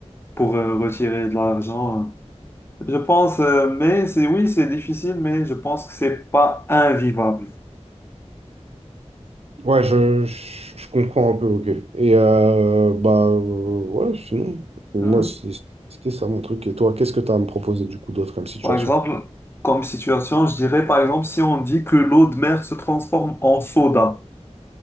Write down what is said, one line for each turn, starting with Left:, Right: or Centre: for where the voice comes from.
Left: pour euh, retirer de l'argent. Je pense, euh, mais c'est oui, c'est difficile, mais je pense que c'est pas invivable.
Right: Ouais, je, je, je comprends un peu, ok. Et euh, bah euh, ouais, sinon, moi
Left: Mhm.
Right: c'est- c'était ça mon truc. Et toi, qu'est-ce que tu as à me proposer du coup d'autre comme situation?
Left: Par exemple, comme situation, je dirais par exemple si on dit que l'eau de mer se transforme en soda.